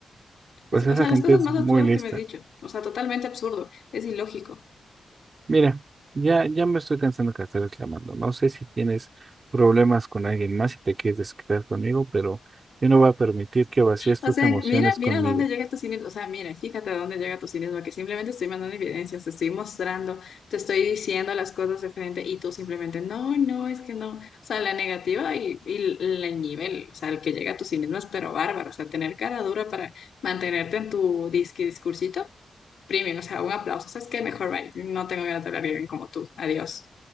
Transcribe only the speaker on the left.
Es-
o sea,
las cosas
más
absurdas
que me has dicho. O sea, totalmente absurdo. Es ilógico.
O
sea,
mira, mira
dónde llega tu cinismo. O sea, mira, fíjate dónde llega tu cinismo, que simplemente estoy mandando evidencias, te estoy mostrando, te estoy diciendo las cosas de frente y tú simplemente, no, no, es que no. O sea, la negativa y, y l- el nivel, o sea, el que llega a tu cinismo es pero bárbaro. O sea, tener cara dura para mantenerte en tu disque discursito, premium, o sea, un aplauso. O sea, es que mejor, bye. No tengo ganas de hablar bien como tú. Adiós.